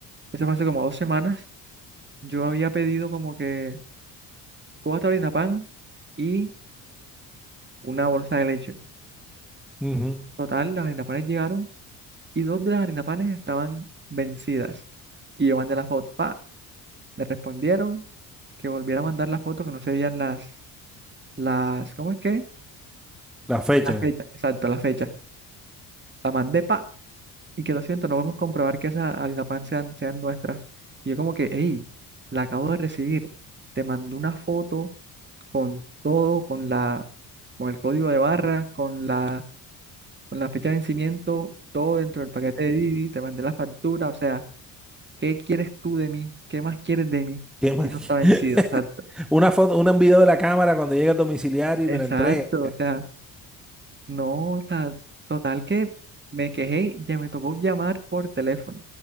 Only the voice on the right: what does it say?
eso fue hace como dos semanas, yo había pedido como que cuatro harina y una bolsa de leche.
Total, las harina llegaron y dos de las harinapanes estaban vencidas. Y yo mandé la foto. Pa, me respondieron que volviera a mandar la foto, que no se veían las, las, ¿cómo es que?
La fecha, exacto, la fecha. La mandé, pa, y que lo siento, no podemos comprobar que esas harinapan sean, sean nuestras. Y yo como que, hey, la acabo de recibir. Te mandé una foto con todo, con la, con el código de barra, con la, con la fecha de vencimiento, todo dentro del paquete de Didi, te mandé la factura, o sea ¿Qué quieres tú de mí? ¿Qué más quieres de mí?
Si tú está vencido.
Exacto.
Exacto.
O sea, no, o sea, total que me quejé, y ya me tocó llamar por teléfono.